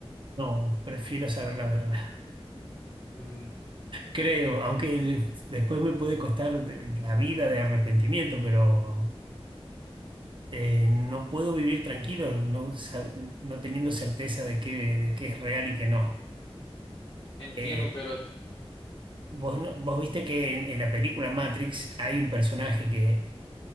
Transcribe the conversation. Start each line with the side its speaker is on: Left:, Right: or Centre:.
Right: No, prefiero saber la verdad.
Left: Mm,
Right: Creo, aunque de- después me puede costar de- la vida de arrepentimiento, pero eh, no puedo vivir tranquilo, no, sab- no teniendo certeza de que, de que es real y que no.
Left: entiendo,
Right: Eh,
Left: pero es...
Right: vos, no- vos viste que en, en la película Matrix hay un personaje que